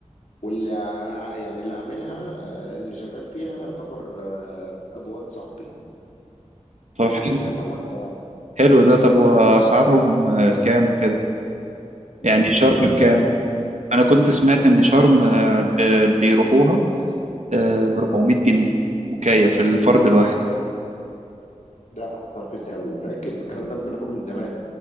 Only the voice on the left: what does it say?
واللي ع- يعني اللي عاملها آه، اللي شغال فيها يعتبر آه، ابو واد صاحبي
فاكيد
مش هيسوحنا يعني
لسه
ما اعرفش
ده حاسس رخيص قوي متاكد بالكلام ده ممكن يكون من زمان